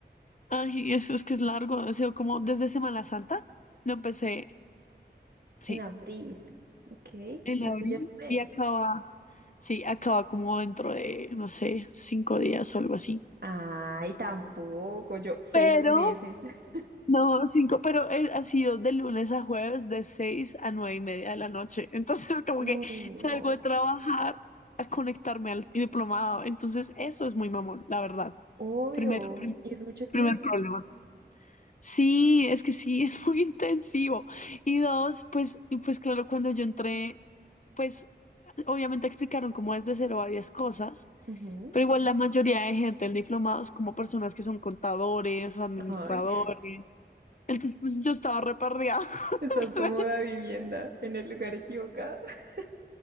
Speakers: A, on the left; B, on the right.
A: Ay, eso es que es largo. Ha sido como desde Semana Santa. Lo empecé, sí,
B: en abril. Ok,
A: en
B: hace
A: abril
B: ya un mes.
A: y acaba, sí, acaba como dentro de, no sé, cinco días o algo así.
B: Ay, tampoco, yo seis
A: Pero
B: meses. <laughs>
A: No, cinco, pero eh, ha sido de lunes a jueves de seis a nueve y media de la noche. Entonces, como
B: Ay,
A: que
B: no,
A: salgo de trabajar a conectarme al diplomado. Entonces, eso es muy mamón, la verdad.
B: obvio.
A: Primer, prim-
B: Y es mucho tiempo.
A: primer problema. Sí, es que sí, es muy <laughs> intensivo. Y dos, pues, y pues claro, cuando yo entré, pues obviamente explicaron cómo es de cero a diez cosas.
B: Ujú.
A: Pero igual la mayoría de gente del diplomado es como personas que son contadores o administradores
B: Ay.
A: entonces, pues yo estaba repartida. <laughs>
B: Estás cómoda vivienda en el lugar equivocado. <laughs>